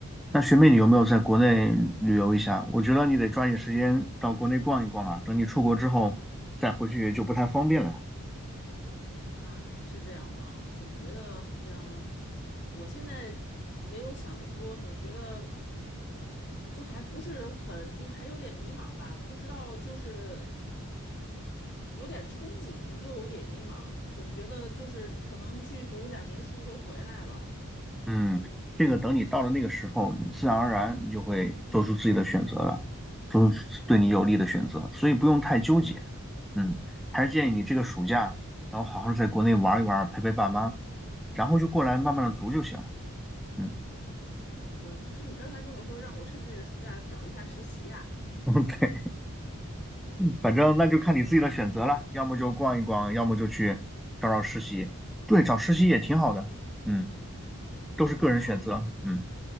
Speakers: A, in the centre; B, on the left (about 50°).
A: 那学妹，你有没有在国内旅游一下？我觉得你得抓紧时间到国内逛一逛啊，等你出国之后再回去就不太方便了。
B: 啊，是这样吗？总觉得好像我现在没有想这么多，总觉得就还不是很，就还有点迷茫吧，不知道就是。有点憧憬，又有点迷茫，总觉得就是可能去读两年书就回来了。<laughs>
A: 嗯，这个等你到了那个时候，你自然而然你就会做出自己的选择了，做出对你有利的选择，所以不用太纠结。嗯，还是建议你这个暑假，然后好好地在国内玩一玩，陪陪爸妈，然后就过来慢慢的读就行了。嗯，
B: 好的，可是你刚才跟我说让我趁这个暑假找一下实习呀、
A: <laughs> 对，反正那就看你自己的选择了，要么就逛一逛，要么就去找找实习。对，找实习也挺好的。嗯，都是个人选择。
B: 哦，
A: 嗯。